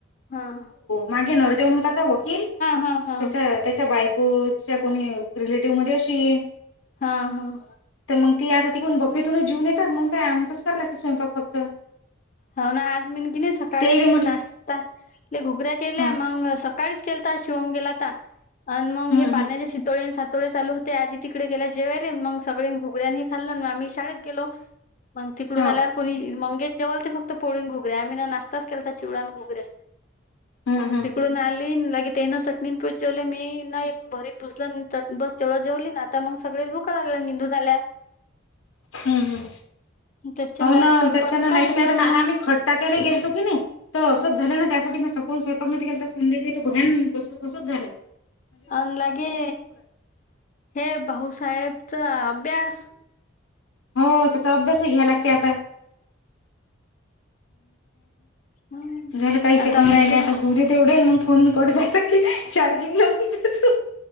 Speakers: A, on the left; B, on the left.
A: हां.
B: मागे नवरदेव होता का वकील
A: हा हा
B: त्याच्या त्याच्या बायकोच्या कोणी रिलेटिव्ह मध्ये अशी
A: हां. हां.
B: तर मग ती आता तिकडून बफेतूनच जेऊन येतात. मग काय आमचाच कराय लागत स्वयंपाक फक्त.
A: हो ना, आज मीनी कीनाही सकाळी
B: तेले म्हटलं
A: नाश्ताले घुगऱ्या केल्या
B: हं
A: मग स सकाळीच केलता तर शिवम गेला तर आणि मग
B: हं
A: हे पाण्याच्या
B: हं
A: शितोळेने तोळे चालू होते आजी तिकडे गेल्या जेवायले मग सगळे घुगऱ्या हे खाल्ल मग आम्ही शाळेत गेलो. मग तिकडून
B: हो
A: आल्यावर कोणी मंगेश जेवल ते फक्त. फक्त पोळी न घुकऱ्या आम्ही ना नाश्ताच केलता चिवडा, घुगरे.
B: हं
A: मग
B: हं
A: तिकडून आली लगेच त्यांनी चटणीं पोळी जेवले. मी ना एक भरीत भुसल चट बस तेवढ जेवली ना, आता मग सगळे भुका लागल्या हिंदून आल्या.
B: हम्म, हम्म.
A: त्याच्या
B: हो ना
A: स्वयंपाक
B: त्याच्यान
A: काहीच
B: नाही तर
A: ना
B: काल
A: मग
B: आम्ही खट टाकायला गेलतो की नाही. तर असच झालं ना त्यासाठी मी सकोल स्वयंपाक केलता. तर संध्याकाळी भयान तसच झाल.
A: अन लगे हे भाऊसाहेबचा अभ्यास
B: हो त्याचा अभ्यासही घ्यायला लागते आता.
A: हम्म
B: झाल काही सेकंद
A: अभ्या
B: राहिले आता होऊन तेवढे मग फोन कट झाले की चार्जिंग लावून देतो.